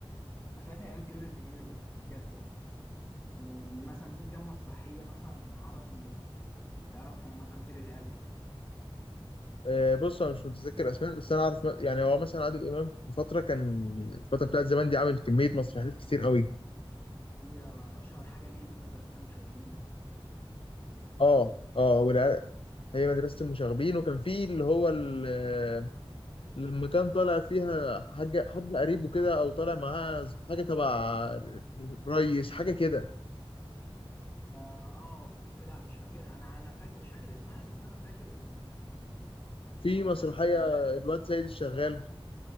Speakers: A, on the left; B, on the left.
A: مسرحيات عيال كبرت جميلة جدا بجد يعني م- مثلا في كام مسرحية مثلا عربي تعرفهم مثلا غير العيال كبرت
B: آه، بص انا مش متذكر اسماء بس انا عارف م- يعني هو مثلا عادل امام في فتره كان الفتره بتاعت زمان دي عامل كميه مسرحيات كتير قوي
A: في اشهر حاجة ليه مدرسة المشاغبين
B: اه اه والع- هي مدرسه المشاغبين وكان في اللي هو ال- آه، لما كان طالع فيها حاجه حد قريبه كده او طالع معاه حاجه تبع ريس حاجه كده
A: اه آه، بس لا مش فاكرها انا انا فاكر مش فاكر اسمها بس انا فاكر ال... يعني ال...
B: في
A: الكاركتر
B: مسرحية
A: بتاعت
B: الواد سيد الشغال